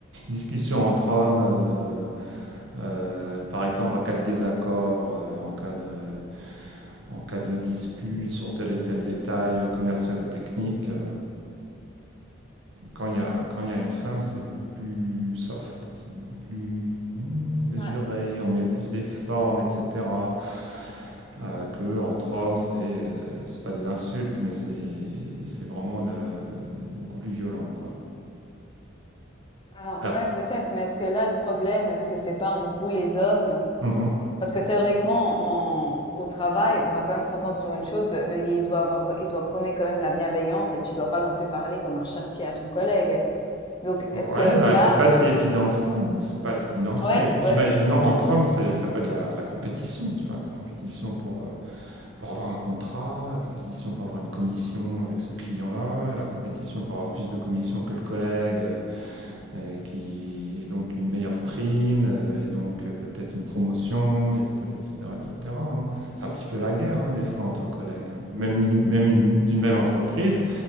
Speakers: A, on the right; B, on the left.
A: discussion entre hommes. euh, Euh, par exemple, en cas de désaccord, euh, en cas de, en cas de dispute sur tel et tel détail euh, commercial ou technique, euh, quand il y a, quand il y a une femme, c'est beaucoup plus soft, c'est beaucoup plus mesuré,
B: Ouais.
A: on met plus des formes, etc. Euh, que entre hommes, c'est euh, c'est pas des insultes, mais c'est c'est vraiment le- beaucoup plus violent, quoi.
B: Alors
A: Alors,
B: ouais, peut-être, mais est-ce que là le problème, est-ce que c'est pas entre vous les hommes?
A: mhm.
B: Parce que théoriquement, en, au travail, on va quand même s'entendre sur une chose, euh, il doit avoir, il doit prôner quand même la bienveillance et tu dois pas non plus parler comme un charretier à ton collègue. Donc
A: Ouais,
B: est-ce que
A: bah
B: là,
A: c'est pas si évident que ça. hein. C'est pas si évident que
B: ouais,
A: ça. Im-
B: ouais,
A: Imaginons entre hommes, c'est ça peut être la, la compétition, tu vois, la compétition pour euh, pour avoir un contrat, la compétition pour avoir une commission avec ce client-là, la compétition pour avoir plus de commissions que le collègue euh, et qui et donc une meilleure prime euh, et donc euh, peut-être une promotion et peut-être etc etc. hein. C'est un petit peu la guerre hein, des fois entre collègues, hein. Même une- même une- d'une même entreprise,